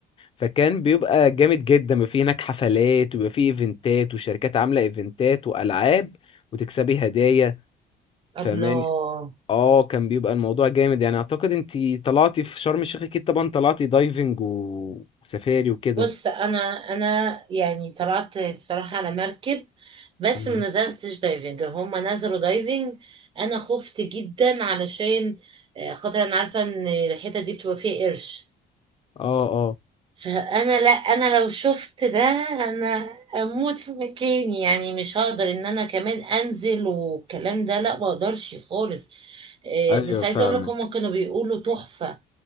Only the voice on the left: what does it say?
فكان بيبقى جامد جدا بيبقى فيه هناك حفلات وبيبقى فيه ايفنتات وشركات عاملة ايفنتات وألعاب وتكسبي هدايا
فمان اه كان بيبقى الموضوع جامد يعني اعتقد انتي طلعتي في شرم الشيخ اكيد طبعا طلعتي دايفنج و- وسفاري وكده
مم.
اه اه
ايوه
فاهمك